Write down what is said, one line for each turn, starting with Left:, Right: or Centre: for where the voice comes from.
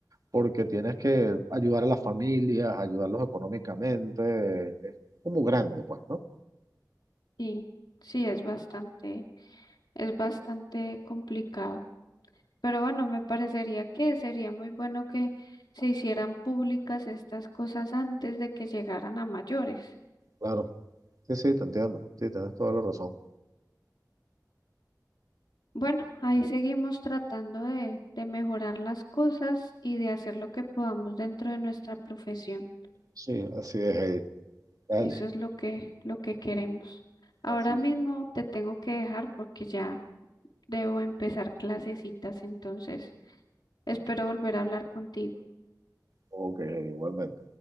Right: porque tienes que ayudar a las familias, ayudarlos económicamente. Es como grande, pues, ¿no?
Left: Sí, sí, es bastante, es bastante complicado. Pero bueno, me parecería que sería muy bueno que se hicieran públicas estas cosas antes de que llegaran a mayores.
Right: Claro. Sí, sí, te entiendo. Sí, tienes toda la razón.
Left: Bueno, ahí seguimos tratando de, de mejorar las cosas y de hacer lo que podamos dentro de nuestra profesión.
Right: Sí, así es, Heidi. Dale.
Left: Eso es lo que, lo que queremos. Ahora
Right: Así.
Left: mismo te tengo que dejar porque ya debo empezar clasecitas, entonces espero volver a hablar contigo.
Right: Ok, Heidi, igualmente.